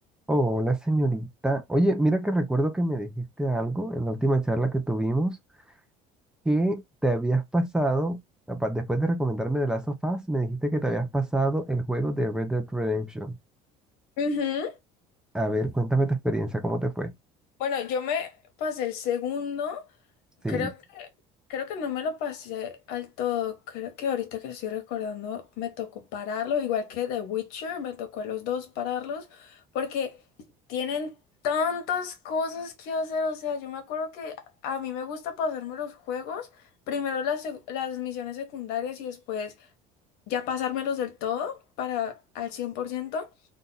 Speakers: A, in the centre; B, on the left.
A: Oh, una señorita. Oye, mira que recuerdo que me dijiste algo en la última charla que tuvimos, que te habías pasado, apa- después de recomendarme The Last of Us, me dijiste que te habías pasado el juego de Red Dead Redemption.
B: Ujú.
A: A ver, cuéntame tu experiencia, ¿cómo te fue?
B: Bueno, yo me pasé el segundo,
A: Sí,
B: creo que, creo que no me lo pasé al todo, creo que ahorita que estoy recordando me tocó pararlo, igual que The Witcher, me tocó a los dos pararlos, porque tienen tantas cosas que hacer, o sea, yo me acuerdo que a mí me gusta pasarme los juegos, primero las, sec- las misiones secundarias y después ya pasármelos del todo para al cien por ciento